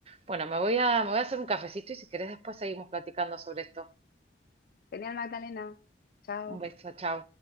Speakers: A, on the right; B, on the left.
A: Bueno, me voy a, me voy a hacer un cafecito y si querés después seguimos platicando sobre esto.
B: Genial, Magdalena. Chao.
A: Un beso, chao.